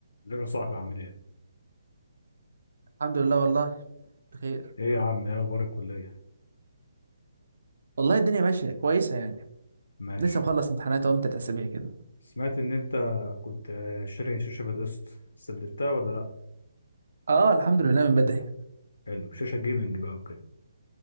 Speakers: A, on the left; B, on the right.
A: ازيك يا صاحبي عامل ايه؟
B: الحمد لله والله بخير
A: ايه يا عم ايه اخبار الكلية؟
B: والله الدنيا ماشية كويسة يعني
A: ماشي
B: لسه مخلص امتحانات اهو من تلات أسابيع كده
A: سمعت ان انت كنت آه، شاري شاشة بالقسط سددتها ولا لا؟
B: اه الحمد لله من بدري
A: حلو شاشة جيمنج بقى وكده